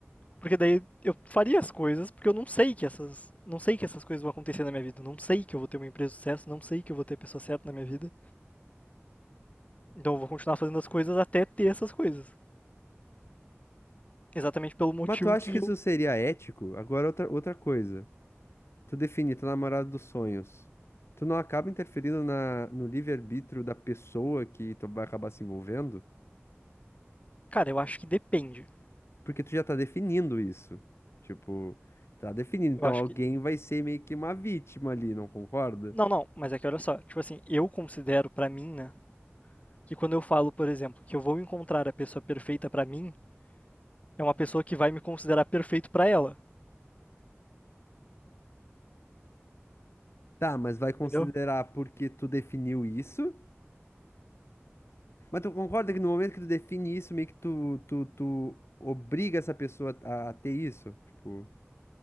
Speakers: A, on the left; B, on the left.
A: Porque daí eu faria as coisas, porque eu não sei que essas, não sei que essas coisas vão acontecer na minha vida, não sei que eu vou ter uma empresa de sucesso, não sei que eu vou ter a pessoa certa na minha vida. Então eu vou continuar fazendo as coisas até ter essas coisas. Exatamente pelo motivo
B: Mas tu acha
A: que
B: que isso
A: eu.
B: seria ético? Agora outra, outra coisa. Tu define tua namorada dos sonhos. Tu não acaba interferindo na, no livre-arbítrio da pessoa que tu vai acabar se envolvendo?
A: Cara, eu acho que depende.
B: Porque tu já tá definindo isso. Tipo, tá definindo. Então
A: Eu acho
B: alguém
A: que.
B: vai ser meio que uma vítima ali, não concorda?
A: Não, não, mas é que olha só, tipo assim, eu considero pra mim, né, que quando eu falo, por exemplo, que eu vou encontrar a pessoa perfeita pra mim, é uma pessoa que vai me considerar perfeito pra ela,
B: Tá, mas vai considerar
A: entendeu?
B: porque tu definiu isso? Mas tu concorda que no momento que tu define isso, meio que tu, tu, tu obriga essa pessoa a, a ter isso? Tipo,